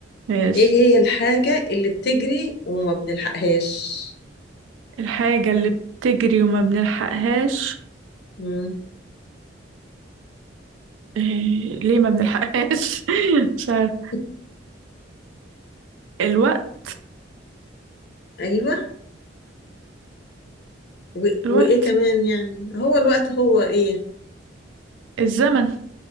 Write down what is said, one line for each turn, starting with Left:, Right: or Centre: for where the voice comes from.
Right: ماشي
Left: ايه هي الحاجة اللي بتجري وما بنلحقهاش
Right: الحاجة اللي بتجري وما بنلحقهاش
Left: مم.
Right: إيه... ليه ما بنلحقهاش <laughs> مش عارف
Left: <laughs>
Right: الوقت
Left: ايوه و...
Right: الوقت
Left: وايه كمان يعني هو الوقت هو ايه
Right: الزمن